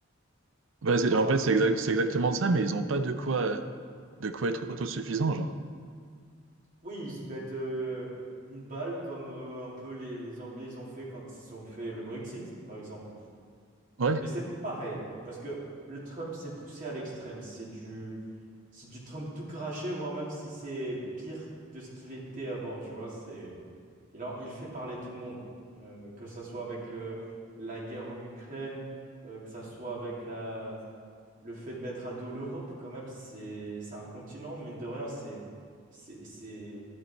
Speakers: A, on the right; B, on the right.
A: Bah, c'est-
B: Enfin,
A: en fait, c'est exact, c'est exactement ça, mais ils n'ont pas de quoi, euh, de quoi être autosuffisants, genre.
B: oui, ils se mettent euh, une balle comme euh, un peu les, les Anglais ils ont fait quand ils ont fait le Brexit, par exemple.
A: Ouais,
B: Mais c'est pas pareil parce que le Trump s'est poussé à l'extrême. C'est du c'est du Trump tout craché, voire même si c'est pire de ce qu'il était avant. Tu vois, c'est Il, en- il fait parler tout le monde, euh, que ça soit avec le- la guerre en Ukraine, euh, que ça soit avec la, le fait de mettre à dos l'Europe, quand même, c'est, c'est un continent, mine de rien, c'est, c'est, c'est,